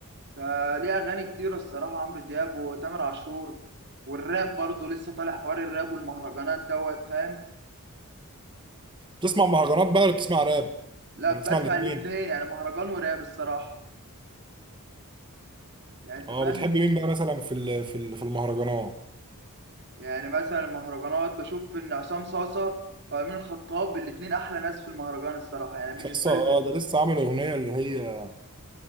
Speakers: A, on the right; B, on the right.
A: فليه اغاني كتيره الصراحه عمرو دياب وتامر عاشور والراب برضه لسه طالع حوار الراب والمهرجانات دوت فاهم
B: بتسمع مهرجانات بقى ولا بتسمع راب
A: لا
B: ولا بتسمع
A: بسمع
B: الاتنين
A: الاثنين يعني مهرجان وراب الصراحه يعني انت
B: اه
A: فاهم
B: بتحب مين بقى مثلا في ال- في ال- في المهرجانات
A: يعني مثلا المهرجانات بشوف ان عصام صاصه وامين الخطاب الاتنين احلى ناس في المهرجان الصراحه يعني
B: لسه
A: بالنسبه لي
B: اه
A: دول
B: ده لسه عامل أغنية اللي هي